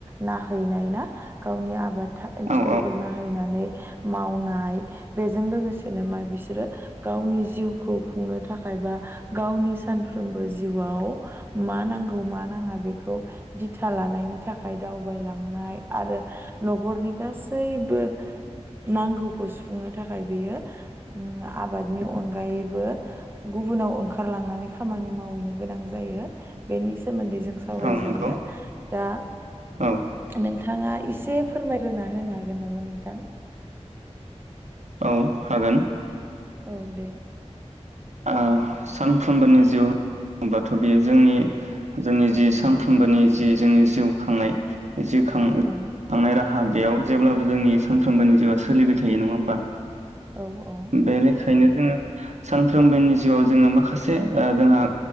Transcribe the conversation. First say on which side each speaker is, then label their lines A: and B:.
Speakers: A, on the right; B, on the right.
A: नाहैनाय ना गावनि आबाद
B: औ
A: थिलिखौ
B: औ
A: नाहैनानै मावनाय बेजों लोगोसेनो मा बिसोरो गावनि जिउखौ खुंनो थाखाय बा गावनि सानफ्रोमबो जिउआव मा नांगौ मा नाङा बेखौ दिथा लानायनि थाखाय दावबायलांनाय आरो नखरनि गासैबो नांगौखौ सुफुंनो थाखाय बेयो उम आबादनि अनगायैबो गुबुनाव ओंखारलांनानै खामानि मावहैनो गोनां जायो बेनि सोमोन्दै जों सावराय
B: औ
A: जायो
B: नंगौ
A: दा
B: औ
A: नोंथाङा एसे फोरमायग्रो होनो हागोन नामा नोंथां
B: औ हागोन
A: औ दे
B: ओ सानफ्रोमबोनि जिउ होनबाथ' बेयो जोंनि जोंनि जि सानफ्रोमबोनि जि जोंनि जिउ खांनाय जिउ खां
A: औ
B: खांनाय राहा बेयाव जेब्लाबो जोंनि सानफ्रोमबोनि जिउआ सोलिबाय थायो नङा ओमबा
A: औ औ
B: बेनिखायनो जोङो सानफ्रोमबोनि जिउआव जोङो माखासे ओ जोङो